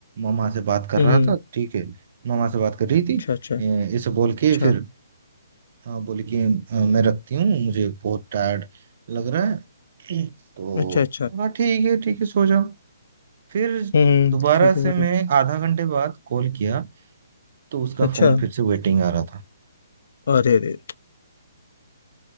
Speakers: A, on the right; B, on the left.
A: मामा से बात कर
B: हम्म
A: रहा था ठीक है मामा से बात कर रही थी
B: अच्छा अच्छा
A: अ, इसे बोल
B: अच्छा
A: के फिर अ, बोली कि अ, मैं रखती हूँ मुझे बहुत टायर्ड लग रहा है तो
B: अच्छा अच्छा
A: हाँ ठीक है ठीक है सो जाओ फिर
B: हम्म हम्म,
A: दोबारा
B: ठीक है
A: से
B: भाई
A: मैं आधा घंटे बाद कॉल किया तो उसका
B: अच्छा
A: फोन फिर से वेटिंग आ रहा था
B: अरे अरे